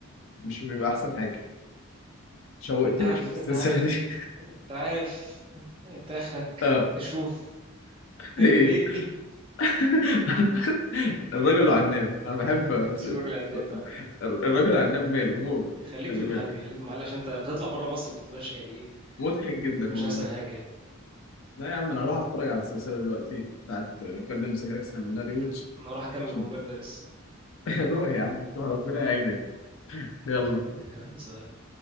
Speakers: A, on the left; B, on the right.
A: مش بيبقى احسن حاجه شوقتني
B: انت عارف
A: اشوف السلسله
B: انت عارف
A: دي <laughs>
B: انت عارف انت اخرك
A: اه
B: تشوف فير
A: ايه
B: بلاي
A: <laughs> الرجل عناب انا بحب
B: <laughs>
A: أس-
B: شوف الراجل العناب فعلا
A: الرجل عناب ماله موت
B: خليك
A: خلي
B: في المحل
A: بالك
B: خليك في المحل عشان انت بتطلع بره مصر بتبقاش يعني ايه
A: مضحك جدا
B: مش
A: والله
B: احسن حاجه يعني
A: لا يا عم انا راح اتفرج على السلسله دلوقتي بتاعت جاردن جالاكسي هعمل لها
B: <laughs>
A: ريوتش
B: انا اروح اكمل
A: عشان
B: في مبادرس
A: <laughs> روح يا عم روح ربنا يعينك يلا
B: <laughs> يلا سلام